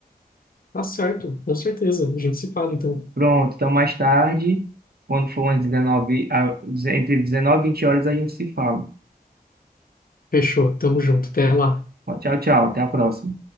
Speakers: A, on the left; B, on the right.
A: Tá certo, com certeza. A gente se fala então.
B: Pronto, então mais tarde, quando for umas dezenove a- entre 19 e 20 horas a gente se fala.
A: Fechou, tamo junto. Até lá.
B: Tchau, tchau. Até a próxima.